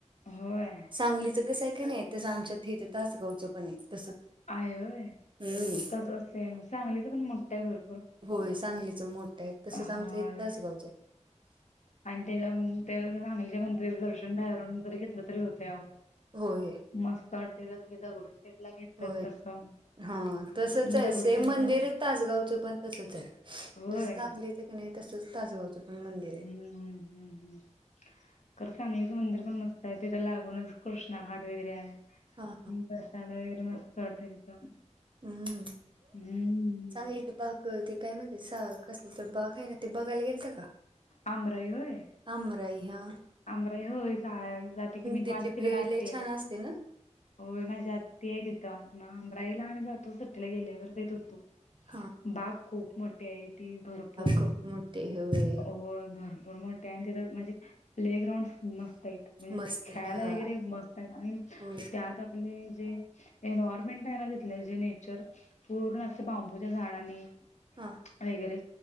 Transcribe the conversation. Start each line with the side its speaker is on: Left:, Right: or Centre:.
Left: होय
Right: सांगलीचं कसं आहे का नाही तसं आमच्यातथ तासगावचं पण आहे तसं
Left: आहे होय
Right: हम्म
Left: तसे सांगलीच पण मोठा आहे भर
Right: होय सांगलीचं मोठं आहे तसंच
Left: होय
Right: आमचं हे तचगावचं आहे
Left: आणि त्याच्या चांगल्याच्या गणपतीच दर्शन बाहेरून जरी घेतलं तरी होत अह
Right: होय
Left: मस्त आरतेेलच क दगडे त्या
Right: होय
Left: तसं
Right: हा तसच आहे
Left: दगडूशेठ
Right: सेम मंदिरच
Left: पण
Right: तासगावचं पण तसच आहे
Left: होय
Right: जस चांगलं आणि नाही तसच तासगावचं पण मंदिर आहे
Left: हम्म हम्म हम्म हम्म कर सांगलीचं मंदिर पण मस्त आहे तिथ लागूनच कृष्णा घाट वगैरे आहे
Right: हा
Left: बसाला वगैरे मस्त वाडत तिथं
Right: हम्म
Left: हम्म
Right: चांगली य बाग ते काय म्हण सा कसली तर बाघ आहे ना ते बघायला गेल तर का
Left: आंमराई होय
Right: कम राही हां
Left: आंमराई होय जाते की मी
Right: तिथली
Left: माझ्या तिकडे
Right: भेळ
Left: आते
Right: लय छान असते ना
Left: होय माझ्या आत्ती आहे तिथं मग अंमराईला आणि जातो सुटीला गेल्या होत
Right: हा
Left: बाग खूप मोठी आहे ती भरपूर
Right: खूप मोठे होय
Left: हो भरपूर मोठे आणि तिथं म्हणजे प्ले ग्राउंड मस्त आहेत म्हणजे
Right: मस्त
Left: खेळायला
Right: हा
Left: वगैरे मस्त आहेत आणि
Right: होय
Left: त्यात आपले जे एन्वयरमेंट आहे ना तिथले जे नेचर पुरून असं बांबूच्या झाडांनी
Right: हां
Left: वगैरे